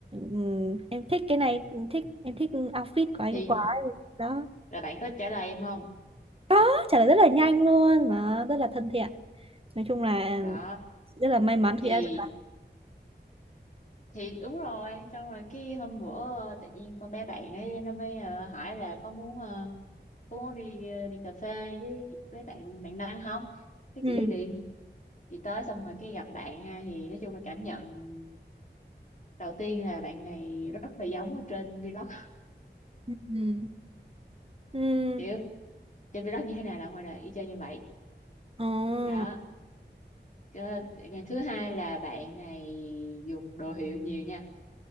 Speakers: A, on the right; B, on the left.
A: "Ừm, em thích cái này em thích em thích outfit của anh
B: thì
A: quá đó
B: là bạn có trả lời em không
A: Nó trả lời rất là nhanh luôn mà rất là thân thiện nói chung là
B: đó
A: rất là may mắn
B: thì
A: khi đã được
B: thì đúng rồi xong rồi cái hôm bữa ờ, tự nhiên con bé bạn ấy nó mới ờ, hỏi là có muốn ờ, có muốn đi ờ, đi cà phê với với bạn bạn Đăng không cái
A: ừ
B: chị đi liền chị tới xong rồi cái gặp bạn ha thì nói chung là cảm nhận đầu tiên là bạn này rất là giống ở trên vlog
A: ừ ừ
B: <laughs> chứ trên vlog như thế nào là ngoài đời y chang như vậy
A: ừ
B: đó Cái- cái thứ hai là bạn này dùng đồ hiệu nhiều nha